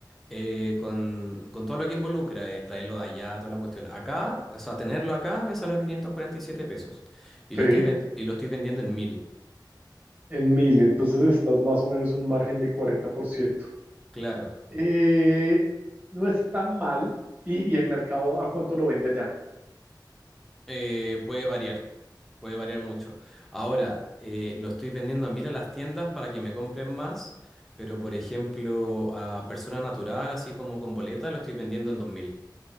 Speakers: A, in the centre; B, on the right.
A: eh, con, con todo lo que involucra, eh, traerlo de allá, toda la cuestión. Acá, o sea, tenerlo acá me salió 547 pesos. Y
B: Sí,
A: lo estoy, ven- y lo estoy vendiendo en mil
B: en mil, entonces estás más o menos un margen del 40%.
A: claro.
B: Eh, no es tan mal y, y el mercado a cuánto lo vende allá.
A: Eh, puede variar, puede variar mucho. Ahora, eh, lo estoy vendiendo a 1000 a las tiendas para que me compren más, pero por ejemplo, a persona natural, así como con boleta, lo estoy vendiendo en dos mil